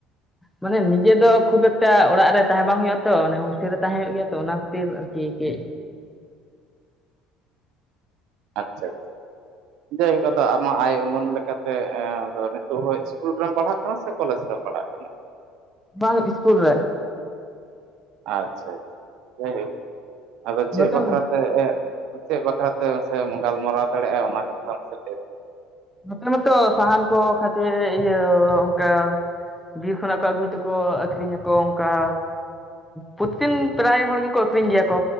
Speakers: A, in the centre; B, on the right (about 65°).
A: ᱢᱟᱱᱮ ᱱᱤᱡᱮ ᱫᱚ ᱠᱷᱩᱵ ᱮᱠᱴᱟ ᱚᱲᱟᱜ ᱨᱮ ᱛᱟᱦᱮᱸ ᱵᱟᱝ ᱦᱩᱭᱩᱜᱼᱟ ᱛᱚ ᱚᱱᱮ ᱦᱳᱥᱴᱮᱞ ᱨᱮ ᱛᱟᱦᱮᱸ ᱦᱩᱭᱩᱜ ᱜᱮᱭᱟ ᱛᱚ ᱚᱱᱟ ᱠᱷᱟᱹᱛᱤᱨ ᱠᱤ ᱠᱮ
B: ᱟᱪᱪᱷᱟ ᱟᱪᱪᱷᱟ ᱡᱟᱭᱦᱳᱠ ᱟᱫᱚ ᱟᱢᱟᱜ ᱟᱭ ᱩᱢᱟᱹᱱ ᱞᱮᱠᱟᱛᱮ ᱛᱚ ᱤᱥᱠᱩᱞ ᱨᱮᱢ ᱯᱟᱲᱦᱟᱜ ᱠᱟᱱᱟ ᱥᱮ ᱠᱚᱞᱮᱡᱽ ᱨᱮᱢ ᱯᱟᱲᱦᱟᱜ ᱠᱟᱱᱟ
A: ᱵᱟᱝ ᱤᱥᱠᱩᱞ ᱨᱮ
B: ᱟᱪᱪᱷᱟ ᱡᱟᱭᱦᱳᱠ ᱟᱫᱚ ᱪᱮᱫ
A: ᱱᱚᱛᱮ
B: ᱵᱟᱠᱷᱨᱟᱛᱮ ᱪᱮᱫ ᱵᱟᱠᱷᱨᱟ ᱛᱮ ᱟᱥᱮ ᱜᱟᱞᱢᱟᱨᱟᱣ ᱫᱟᱲᱮᱭᱟᱜᱼᱟ ᱚᱱᱟ ᱠᱟᱛᱷᱟ ᱥᱮᱪᱮᱫ
A: ᱱᱚᱛᱮ ᱢᱟᱛᱚ ᱥᱟᱦᱟᱱ ᱠᱚ ᱠᱷᱟᱹᱛᱤᱨ ᱤᱭᱟᱹ ᱚᱱᱠᱟ ᱵᱤᱨ ᱠᱷᱚᱱᱟᱜ ᱠᱚ ᱟᱹᱜᱩᱭ ᱛᱮᱠᱚ ᱟᱠᱷᱨᱤᱧᱟᱠᱚ ᱚᱱᱠᱟ ᱯᱩᱛ ᱛᱤᱱ ᱯᱨᱟᱭ ᱦᱚᱲ ᱜᱮᱠᱚ ᱟᱹᱠᱷᱨᱤᱧ ᱜᱮᱭᱟ ᱠᱚ